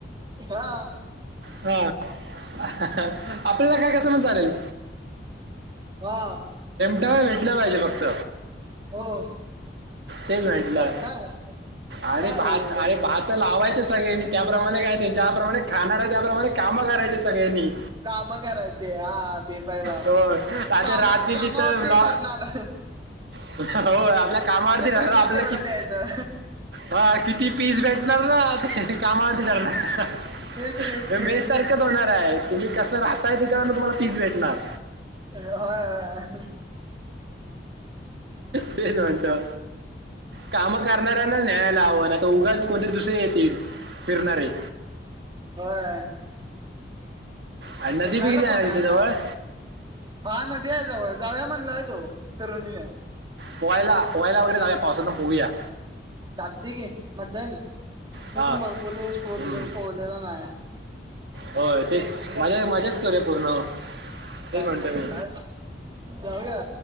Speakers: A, on the right; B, on the right.
A: हा
B: हा. आपल्याला काय कसं म्ह चालेल.
A: वा!
B: काय भेटलं पाहिजे फक्त
A: हो
B: तेच भेटलं.
A: भेटतय काय
B: आणि
A: काय
B: भात
A: एवढं
B: आणि
A: तर
B: भात ला. खवायचे सगळ्यांनी, त्याप्रमाणे काय ज्याप्रमाणे खाणार आहे त्याप्रमाणे काम करायचे सगळ्यांनी.
A: काम करायचे हा ते पहिला
B: हो आ
A: काम
B: रात्री
A: कामावरती
B: त तरॉ.
A: ठरणार
B: <inaudible> हो आपल्या कामावरती राह
A: ठरणार
B: आपलं
A: केवढं
B: किती.
A: द्यायचं
B: हा किती पीस भेटणार ना कामामध्ये जाणार.
A: तेच तेच
B: मे सारखंच होणार आहे तुम्ही कसं आताय त्याच्यावर तुम्हाला पीस भेटणार.
A: होयय.
B: ते म्हच्या काम करणार. न्यायला आव आता उगा कोणतरी दुसरे येत फिरणारे.
A: बर.
B: आणि नदी
A: फिरणार
B: बी किती
A: कोण आहे
B: तिथे
A: आपल्यात
B: जवळ
A: हा नदी आहे जवळ. जावया म्हणलाय तो करून.
B: कोवायला पयाला वगैे जाग पावसाातून पवूया.
A: चालते की मज्जा येल ते
B: हा
A: पण भरपूर दिवस
B: हम्म.
A: पोहलेला नाही.
B: होय तेच माझ्या माझ्याच करूया पूर्ण. ते
A: चालतो
B: म्हणतो
A: की
B: मी
A: जाऊया जाऊया